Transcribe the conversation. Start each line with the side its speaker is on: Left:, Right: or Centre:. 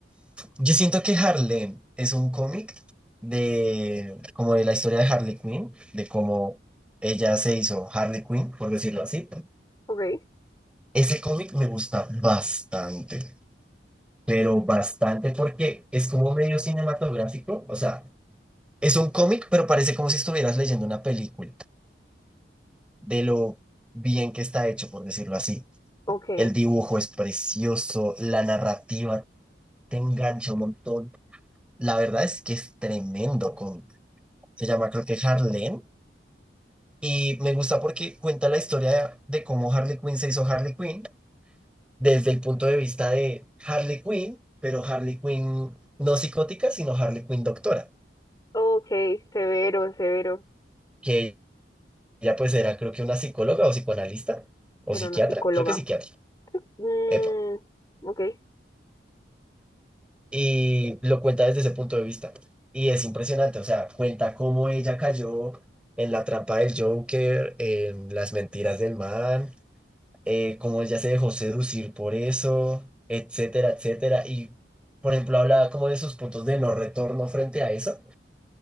Centre: Yo siento que Harlem es un cómic de como de la historia de Harley Quinn, de cómo ella se hizo Harley Quinn, por decirlo así.
Left: Ok,
Centre: Ese cómic me gusta bastante, pero bastante porque es como medio cinematográfico, o sea. Es un cómic, pero parece como si estuvieras leyendo una película, de lo bien que está hecho, por decirlo así.
Left: ok,
Centre: El dibujo es precioso, la narrativa te engancha un montón. La verdad es que es tremendo cómic. Se llama creo que Harlem y me gusta porque cuenta la historia de cómo Harley Quinn se hizo Harley Quinn desde el punto de vista de Harley Quinn, pero Harley Quinn no psicótica, sino Harley Quinn doctora,
Left: ok, severo, severo.
Centre: que ella pues era creo que una psicóloga o psicoanalista o
Left: Era
Centre: psiquiatra,
Left: una psicóloga.
Centre: creo que psiquiatra.
Left: Mm,
Centre: Epa.
Left: ok,
Centre: Y lo cuenta desde ese punto de vista. Y es impresionante, o sea, cuenta cómo ella cayó en la trampa del Joker, en las mentiras del man, eh, cómo ella se dejó seducir por eso, etcétera, etcétera. Y, por ejemplo, habla como de sus puntos de no retorno frente a eso.